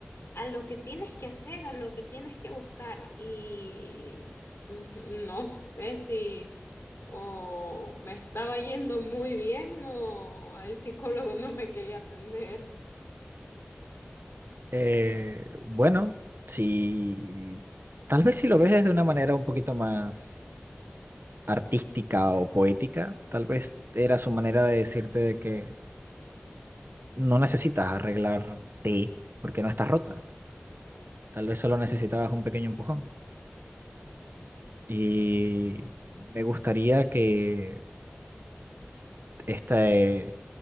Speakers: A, on the left; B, on the right.
A: a lo que tienes que hacer, a lo que tienes que buscar. Y mm, no sé si o me estaba yendo muy bien o el psicólogo no me quería atender.
B: Eh, bueno, si tal vez si lo ves desde una manera un poquito más artística o poética, tal vez era su manera de decirte de que no necesitas arreglarte porque no estás rota. Tal vez solo necesitabas un pequeño empujón. Y me gustaría que este,